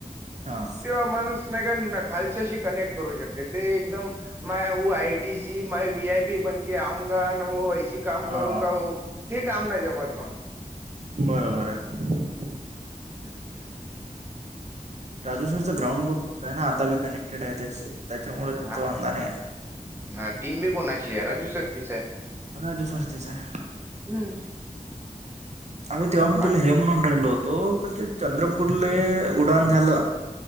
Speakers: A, on the right; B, on the right.
A: हा.
B: तेव्हा माणूस नगर नक्. खालच्याशी कनेक्ट करू शकते ते एकदम हो आयटी ची म व आय पी बन. क आऊंगा व वैस काम
A: हा
B: करूगा ते काम नाही जमत ना.
A: बरोबर आहे.
B: हम.
A: राजू सरची ग्राउंड बुत पक्क आहे ना आता बी कनेक्टेड आहे त्याच्यामुळे त्यांचं
B: हा
A: वांधा आहे.
B: ना टीम मी कोणाची आहे राजू सरतीच आहे.
A: राजू सरते स आहे.
B: हम्म.
A: अर तेव्हा मी
B: बाकी
A: तुला हे म्हणून राहिलो होतो क ज चंद्रपूरले उडान झालं.